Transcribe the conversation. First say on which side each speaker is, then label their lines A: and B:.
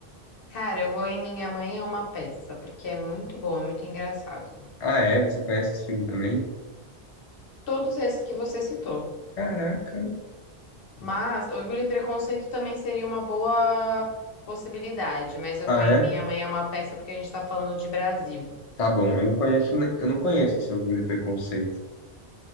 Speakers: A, on the left; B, on the left.
A: Cara, eu vou em Minha Mãe é uma peça, porque é muito bom, é muito engraçado.
B: Ah, é? Você conhece esse filme também?
A: Todos esses que você citou.
B: Caraca.
A: Mas Orgulho e Preconceito também seria uma boa possibilidade, mas eu
B: Ah,
A: vou em
B: é?
A: Minha Mãe é uma peça porque a gente tá falando de Brasil.
B: Tá bom, eu não conheço, ne- eu não conheço esse Orgulho e Preconceito.